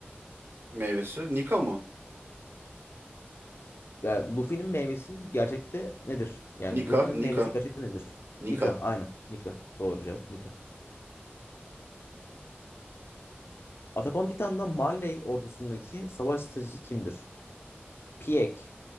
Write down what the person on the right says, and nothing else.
Meyvesi. Nika mı?
Nika,
Nika,
Nika.